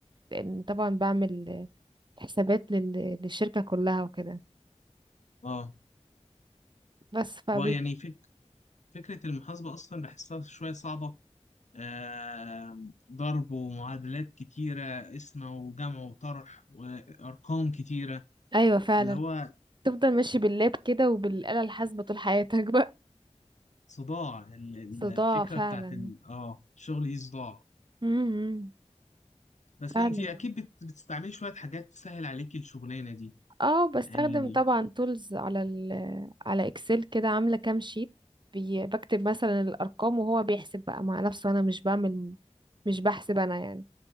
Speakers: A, on the right; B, on the left.
A: لان طبعا بعمل حسابات لل- للشركة كلها وكده
B: اه
A: بس فبي
B: ويعني فك... فكرة المحاسبة أصلا بحسها شوية صعبة آه... ضرب ومعادلات كتيرة قسمة وجمع وطرح وأرقام كتيرة
A: ايوه فعلا
B: اللي هو
A: تفضل ماشي باللاب كده وبالآلة الحاسبة طول حياتك بقى
B: صداع ال- ال-
A: صداع
B: الفكرة
A: فعلا
B: بتاعت ال... آه الشغل دي صداع
A: امم امم.
B: بس
A: فعلا
B: أنت أكيد بت... بتستعملي شوية حاجات تسهل عليكي الشغلانة دي
A: اه بستخدم
B: يعني
A: طبعا تولز على ال على اكسل كده عامله كام شيت بي- بكتب مثلا الارقام وهو بيحسب بقى مع نفسه انا مش بعمل مش بحسب انا يعني